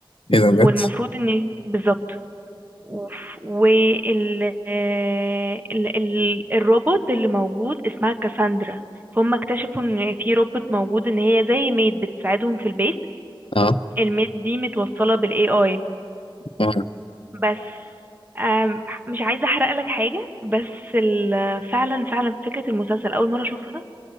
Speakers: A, on the left; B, on the right.
A: ايه ده بجد
B: والمفروض ان بالظبط وف- وال آه، ال... ال... الروبوت اللي موجود اسمها كاساندرا فهم اكتشفوا ان في روبوت موجود ان هي زي ميد بتساعدهم في البيت
A: اه
B: الميد دي متوصله بالاي اي
A: اه
B: بس آم، مش عايزة احرق لك حاجة بس ال- فعلا فعلا فكرة المسلسل اول مرة اشوفها